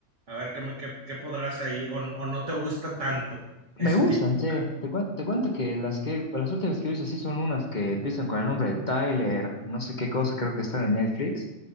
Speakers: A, on the right; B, on the left.
A: a ver qué, me, qué, qué podrás ahí, o, no- o no te gusta tanto
B: Me
A: ese
B: gustan,
A: tipo de
B: che.
A: género.
B: Te, cuen- te cuento que las que las últimas que he visto sí son unas que empiezan con el nombre de Tyler, no sé qué cosa, creo que están en Netflix.